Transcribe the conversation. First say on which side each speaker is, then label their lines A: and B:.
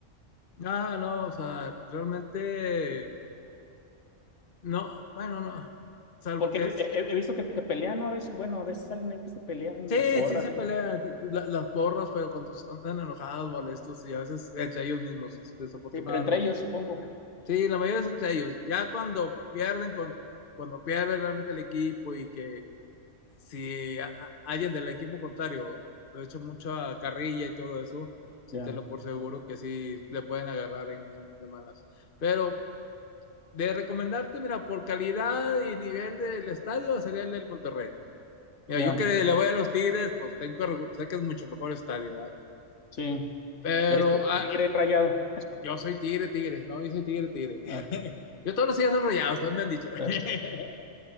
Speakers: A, on the left; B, on the left.
A: Ah, no, o sea, realmente, no, bueno, no, salvo
B: Porque
A: que
B: he,
A: es.
B: he- he visto que se pelean, ¿no? A veces, bueno, a veces salen ahí que se pelean
A: Sí,
B: las porras.
A: sí se
B: ¿no?
A: pelean t- t- la- las borras, pero cuando son- tan enojados, molestos y a veces entre ellos mismos, des- desafortunadamente.
B: Sí, pero entre ellos, supongo.
A: Sí, la mayoría es entre ellos. Ya cuando pierden, con- cuando pierde realmente el equipo y que si a- a- alguien del equipo contrario le echa mucha carrilla y todo eso, sí
B: Ya,
A: tenlo por seguro que sí le pueden agarrar en, en- de malas. Pero de recomendarte, mira, por calidad y nivel del estadio sería el del Monterrey. Mira,
B: ya,
A: yo que le voy a los Tigres, pues tengo que reconocer que es mucho mejor estadio, ¿verdad?
B: sí.
A: Pero
B: Eres ti-
A: ah,
B: tigre
A: ah,
B: rayado.
A: yo soy Tigre, Tigre, ¿no? Yo soy Tigre, Tigre. <laughs>
B: Ah, ok,
A: Yo todos los días soy Rayados, me han dicho.
B: está bien.
A: <laughs>